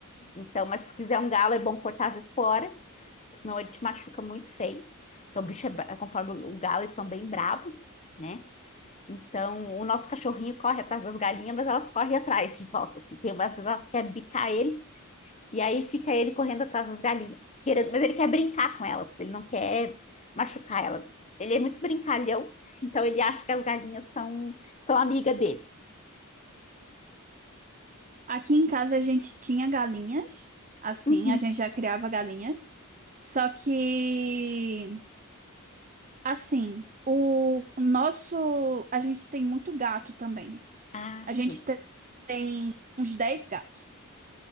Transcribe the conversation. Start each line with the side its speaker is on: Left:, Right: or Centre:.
Left: Então, mas se tu quiser um galo, é bom cortar as esporas senão ele te machuca muito feio, porque o bicho é, conforme o galo, eles são bem brabos, né? Então, o nosso cachorrinho corre atrás das galinhas, mas elas correm atrás de volta, assim. Tem umas vezes elas querem bicar ele, e aí fica ele correndo atrás das galinhas. Querendo, mas ele quer brincar com elas, ele não quer machucar elas. Ele é muito brincalhão, <laughs> então ele acha que as galinhas são, são amiga dele.
Right: Aqui em casa a gente tinha galinhas, assim,
Left: Uhum.
Right: a gente já criava galinhas. Só que Assim, o o nosso. A gente tem muito gato também.
Left: Ah,
Right: A
Left: sim.
Right: gente te- tem uns 10 gatos.